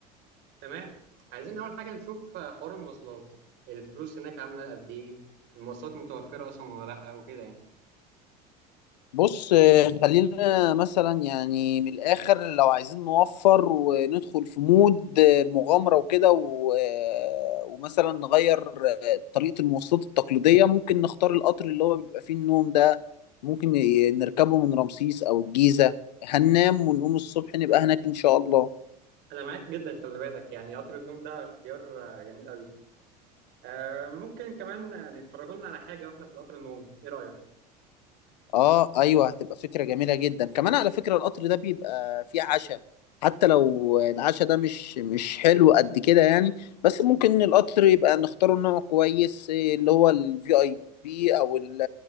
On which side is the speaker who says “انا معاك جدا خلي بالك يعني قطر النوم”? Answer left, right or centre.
Right